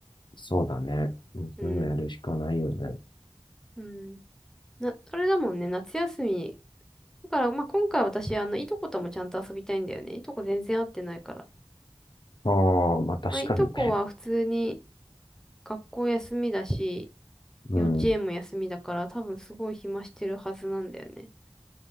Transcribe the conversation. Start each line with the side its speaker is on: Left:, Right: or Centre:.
Left: そうだね。うんそういうのやるしかないよね。
Centre: うん。うん。な、それだもんね。夏休み。だから、まあ今回私、あの、いとこともちゃんと遊びたいんだよね。いとこ全然会ってないから。
Left: ああ、まあ確かにね。
Centre: まあいとこは普通に学校休みだし、
Left: うん。
Centre: 幼稚園も休みだから多分すごい暇してるはずなんだよね。